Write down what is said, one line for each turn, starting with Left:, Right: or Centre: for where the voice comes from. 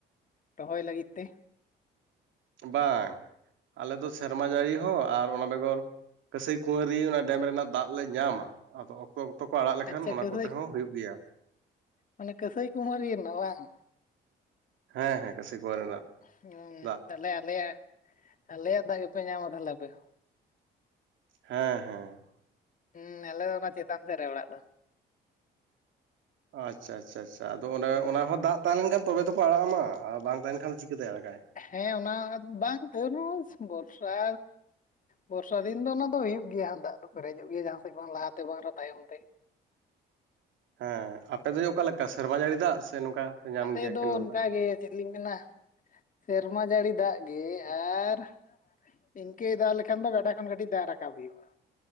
Left: ᱨᱚᱦᱚᱭ ᱞᱟᱹᱜᱤᱫ ᱛᱮ?
Right: ᱵᱟᱝ, ᱟᱞᱮᱚ ᱫᱚ ᱥᱮᱨᱢᱟ ᱡᱟᱹᱲᱤ ᱦᱚᱸ ᱟᱨ ᱚᱱᱟ ᱵᱮᱜᱚᱨ ᱠᱟᱹᱥᱟᱹᱭ ᱠᱩᱶᱟᱹᱨᱤ ᱚᱱᱟ ᱰᱮᱢ ᱨᱮᱱᱟᱜ ᱫᱟᱜ ᱞᱮ ᱧᱟᱢᱟ᱾ ᱟᱫᱚ ᱚᱠ ᱚᱠᱛᱚ ᱠᱚ ᱟᱲᱟᱜ ᱞᱮᱠᱷᱟᱱ
Left: ᱟᱪᱪᱷᱟ
Right: ᱚᱱᱟ
Left: ᱠᱟᱹᱥᱟᱹᱭ
Right: ᱠᱚᱛᱮ ᱦᱚᱸ ᱦᱩᱭᱩᱜ ᱜᱮᱭᱟ ᱾
Left: ᱢᱟᱱᱮ ᱠᱟᱹᱥᱟᱹᱭ ᱠᱩᱢᱟᱨᱤ ᱨᱮᱱᱟᱜ ᱵᱟᱝ?
Right: ᱦᱮᱸ ᱦᱮᱸ ᱠᱟᱺᱥᱟᱹᱭ ᱠᱩᱶᱟᱹᱨᱤ ᱨᱮᱱᱟᱜ᱾
Left: ᱦᱩᱸ
Right: ᱫᱟᱜ
Left: ᱛᱟᱞᱦᱮ ᱟᱞᱮᱭᱟᱜ ᱟᱞᱮᱭᱟᱜ ᱫᱟᱜ ᱜᱮᱯᱮ ᱧᱟᱢᱟ ᱛᱟᱦᱞᱮ ᱟᱯᱮ ᱦᱚᱸ᱾
Right: ᱦᱮᱸ ᱦᱮᱸ᱾
Left: ᱦᱩᱸ ᱟᱞᱮ ᱫᱚ ᱚᱱᱟ ᱪᱮᱛᱟᱱ ᱥᱮᱫ ᱨᱮ ᱚᱲᱟᱜ ᱫᱚ᱾
Right: ᱟᱪᱪᱷᱟ ᱟᱪᱪᱷᱟ ᱟᱪᱪᱷᱟ, ᱟᱫᱚ ᱚᱱᱮ,
Left: ᱦᱩᱸ
Right: ᱚᱱᱟ ᱦᱚᱸ ᱫᱟᱜ ᱛᱟᱦᱮᱸ ᱞᱮᱱᱠᱷᱟᱱ ᱛᱚᱵᱮ ᱛᱚᱠᱚ ᱟᱲᱟᱜ ᱟᱢᱟ ᱟᱨ ᱵᱟᱝ ᱛᱟᱸᱦᱮᱱ ᱠᱷᱟᱱ ᱫᱚ ᱪᱤᱠᱟᱹᱛᱮ ᱟᱲᱟᱜ-ᱟ ᱢᱟᱭ?
Left: ᱦᱮᱸ ᱚᱱᱟ ᱵᱟᱝ ᱛᱟᱹᱣ ᱨᱮᱦᱚᱸ ᱵᱚᱨᱥᱟ ᱵᱚᱨᱥᱟ ᱫᱤᱱ ᱫᱚ ᱚᱱᱟ ᱫᱚ ᱦᱩᱭᱩ ᱜᱮᱭᱟ, ᱫᱟᱜ ᱫᱚ ᱯᱮᱨᱮᱡᱚᱜ ᱜᱮᱭᱟ ᱡᱟᱦᱟᱸ ᱥᱮᱫ ᱵᱟᱝ ᱞᱟᱦᱟ ᱛᱮ ᱵᱟᱝ ᱛᱟᱭᱚᱢ ᱛᱮ ᱾
Right: ᱦᱮᱸ, ᱟᱯᱮ ᱫᱚ ᱚᱠᱟᱮᱠᱟ ᱥᱮᱨᱢᱟ ᱡᱟᱹᱲᱤ ᱫᱟᱜ ᱥᱮ ᱱᱚᱝᱠᱟ ᱯᱮ ᱧᱟᱢ
Left: ᱟᱞᱮ
Right: ᱜᱮᱭᱟ
Left: ᱫᱚ
Right: ᱠᱮᱱᱮᱞ
Left: ᱚᱱᱠᱟᱜᱮ
Right: ᱫᱟᱜ
Left: ᱪᱮᱫ ᱞᱤᱧ ᱢᱮᱱᱟ ᱥᱮᱨᱢᱟ ᱡᱟᱹᱲᱤ ᱫᱟᱜ ᱜᱮ ᱟᱨ ᱤᱱᱠᱟᱹᱭ ᱫᱟᱜ ᱞᱮᱠᱷᱟᱱ ᱫᱚ ᱜᱟᱰᱟ ᱠᱷᱚᱱ ᱠᱟᱹᱴᱤᱡ ᱫᱟᱜ ᱨᱟᱠᱟᱵ ᱦᱩᱭᱩᱜᱼᱟ᱾